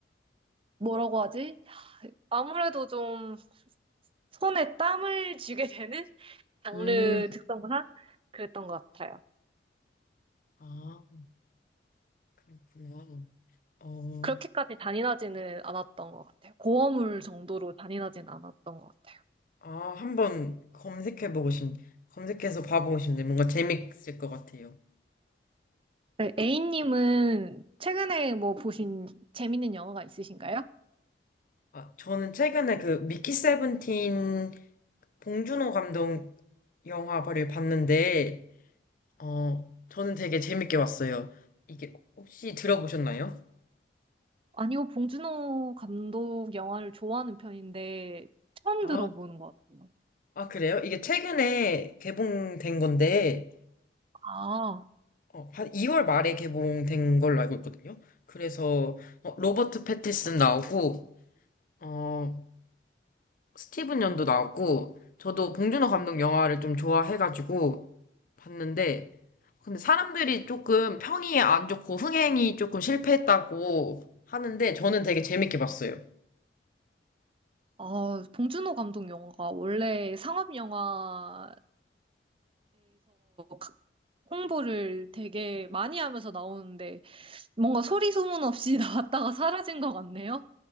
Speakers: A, on the right; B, on the left.
A: 뭐라고 하지? 아무래도 좀 손에 땀을 쥐게 되는? 장르
B: 음.
A: 특성상 그랬던 것 같아요.
B: 아, 그렇구나. 어,
A: 그렇게까지 잔인하지는 않았던 것 같아요. 고어물 정도로 잔인하지는 않았던 것 같아요.
B: 아, 한번 검색해보고 싶, 검색해서 봐보고 싶네. 뭔가 재밌을 것 같아요.
A: 네, A님은 최근에 뭐 보신 재밌는 영화가 있으신가요?
B: 아, 저는 최근에 그 미키 세븐틴 봉준호 감독 영화를 봤는데, 어, 저는 되게 재밌게 봤어요. 이게 혹시 들어보셨나요?
A: 아니요, 봉준호 감독 영화를 좋아하는 편인데 처음
B: 아..
A: 들어보는 것 같아요.
B: 아, 그래요? 이게 최근에 개봉된 건데,
A: 아,
B: 어, 한 2월 말에 개봉된 걸로 알고 있거든요. 그래서, 어, 로버트 패틴슨 나오고, 어, 스티븐 연도 나오고, 저도 봉준호 감독 영화를 좀 좋아해가지고 봤는데, 근데 사람들이 조금 평이 안 좋고 흥행이 조금 실패했다고 하는데, 저는 되게 재밌게 봤어요.
A: 아, 봉준호 감독 영화가 원래 상업 영화에서 가- 홍보를 되게 많이 하면서 나오는데 뭔가 소리 소문 없이 <laughs> 나왔다가 사라진 것 같네요.